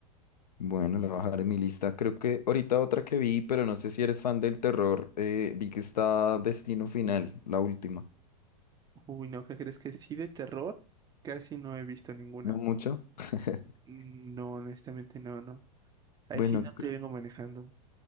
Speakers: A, on the left; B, on the right.
A: Bueno, lo voy a bajar en mi lista. Creo que ahorita otra que vi, pero no sé si eres fan del terror, eh, vi que está Destino Final, la última.
B: Uy, no, ¿qué crees que sí de terror? Casi no he visto ninguna.
A: No mucho. <laughs>
B: Mm, No, honestamente no, no. Ahí
A: Bueno,
B: sí no
A: cr-
B: te vengo manejando.